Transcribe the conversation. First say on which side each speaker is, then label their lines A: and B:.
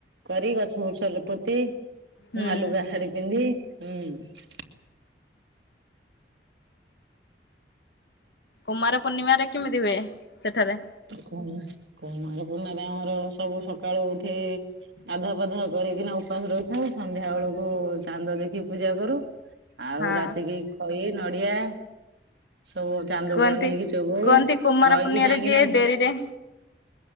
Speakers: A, on the right; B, on the left.
A: କରି ଗଛ ଫୁଛ ପୋତି
B: ହୁଁ
A: ନୂଆ ଲୁଗା ଶାଡି ପିନ୍ଧି ହୁଁ।
B: କୁମାର ପୂର୍ଣ୍ଣିମାରେ କେମିତି ହୁଏ ସେଠାରେ?
A: କୁମା କୁମାର ପୂର୍ଣ୍ଣାମାରେ ଆମର ସବୁ ସକାଳୁ ଉଠି ଗାଧୁଆ ପାଧୁଆ କରିକିନା ଉପାସ ରହିଥାଉ ସନ୍ଧ୍ୟା ବେଳକୁ ଚାନ୍ଦ ଦେଖି ପୂଜା କରୁ। ଆଉ
B: ହଁ
A: ରାତିକି ଖଇ ନଡିଆ ସବୁ ଚାନ୍ଦକୁ
B: କୁହନ୍ତି
A: ଅନେଇକି ସବୁ
B: କୁହନ୍ତି କୁମାର
A: ନଈକି
B: ପୂର୍ଣ୍ଣିମାରେ
A: ଯାଇକି
B: ଯିଏ
A: ନା କି
B: ଡେରିରେ